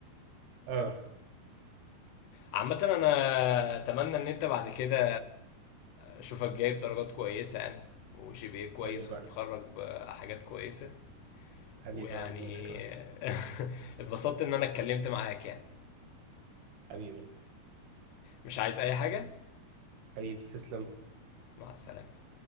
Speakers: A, on the right (about 75°); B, on the left (about 85°).
A: اه
B: عامه انا اتمنى ان انت بعد كده اشوفك جايب درجات كويسه يعني وجي بي إيه كويس
A: حبيبي بقى
B: وتتخرج بحاجات كويسه
A: حبيبي
B: ويعني
A: بقى وانت كمان
B: <laughs> <applause> اتبسطت ان انا اتكلمت معاك يعني
A: حبيبي
B: مش عايز اي حاجه
A: حبيبي تسلم
B: مع السلامه